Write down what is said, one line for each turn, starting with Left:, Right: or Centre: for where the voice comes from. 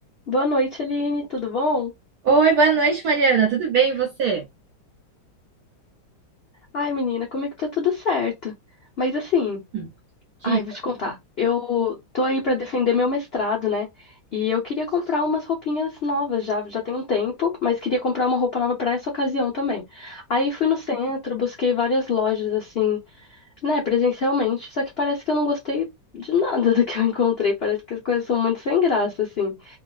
Left: Boa noite, Aline, tudo bom?
Right: Oi, boa noite, Mariana. Tudo bem, e você?
Left: Ai, menina, comigo tá tudo certo. Mas assim,
Right: Hum, Dica.
Left: ai, vou te contar. Eu tô aí pra defender meu mestrado, né? E eu queria comprar umas roupinhas novas já, já tem um tempo, mas queria comprar uma roupa nova pra essa ocasião também. Aí fui no centro, busquei várias lojas assim, né, presencialmente, só que parece que eu não gostei de nada <laughs> do que eu encontrei, parece que as coisas são muito sem graça assim.